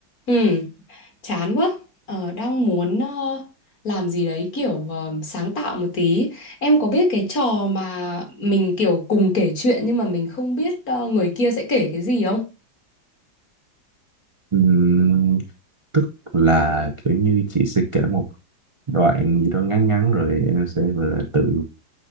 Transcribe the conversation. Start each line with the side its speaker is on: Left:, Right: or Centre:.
Left: Ừ, chán quá. Ờ, đang muốn ờ, làm gì đấy kiểu ờ, sáng tạo một tí. Em có biết cái trò mà mình kiểu cùng kể chuyện nhưng mà mình không biết ờ, người kia sẽ kể cái gì không?
Right: Ừm, tức là kiểu như chị sẽ kể một đoạn gì đó ngắn ngắn rồi em sẽ gọi là tự